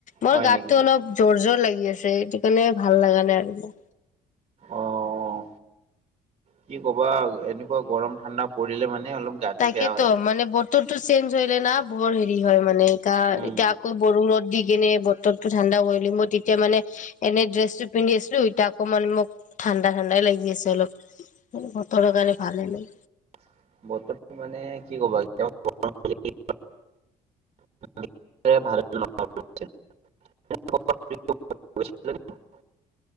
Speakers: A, on the left; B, on the right.
A: মোৰ
B: হয়
A: গাতটো
B: নেকি
A: অলপ জৰ -জৰ লাগি, লাগি আছে সেটো কাৰণে ভাল লাগা নাই আৰু মো,
B: অহ, কি কবা এনেকুৱা গৰম, ঠাণ্ডা পৰিলে মানে, অলপ গাটো
A: তাকেতো
B: বেয়া হয়
A: মানে বতৰ, টো চেম, ধৰিলে না বৰ হেৰি হয় মানে গা
B: উম
A: এতিয়া আকৌ বৰষুণত দি, স কেনে বতৰ টো ঠাণ্ডা কৰিল মই তেতিয়া মানে এনে ড্ৰেছটো পিন্ধিচিলোএতিয়া অকমান মোক ঠাণ্ডা -ঠাণ্ডাই লাগি আছে অলপ বতৰৰ কাৰণে ভালে ল,
B: <unintelligible>